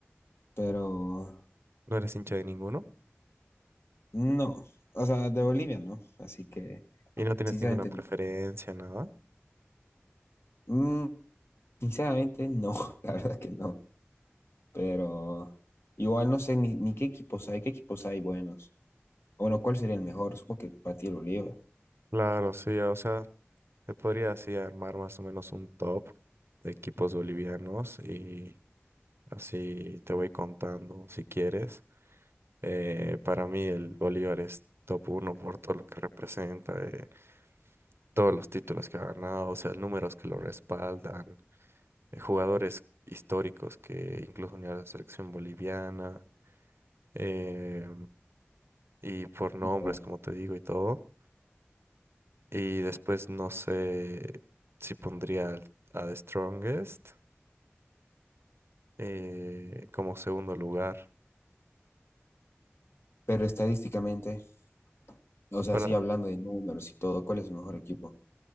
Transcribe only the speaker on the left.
pero
no, o sea, de Bolivia no, así que
sinceramente
no.
Mm, sinceramente no, <laughs> la verdad que no, pero igual no sé ni, ni qué equipos hay, qué equipos hay buenos. Bueno, ¿cuál sería el mejor? Supongo que para ti el Bolívar,
ya.
Pero estadísticamente, o sea,
sí hablando de números y todo, ¿cuál es el mejor equipo?